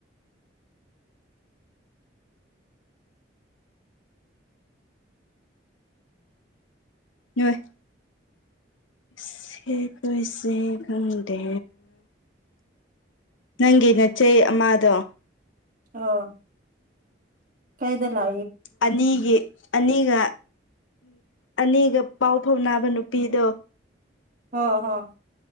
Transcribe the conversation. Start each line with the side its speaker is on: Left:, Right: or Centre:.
Left: ꯅꯣꯏꯏ ꯁꯦ ꯄꯩꯁꯦ ꯈꯪꯗꯦ ꯅꯪꯒꯤ ꯅꯆꯦ ꯑꯃꯗꯣ
Right: ꯑꯣ ꯀꯥꯏꯗ ꯂ
Left: ꯑꯅꯤꯒꯤ ꯑꯅꯤꯒ ꯑꯅꯤꯒ ꯄꯥꯎ ꯐꯥꯎꯅꯕ ꯅꯨꯄꯤꯗꯣ
Right: ꯍ ꯍꯝ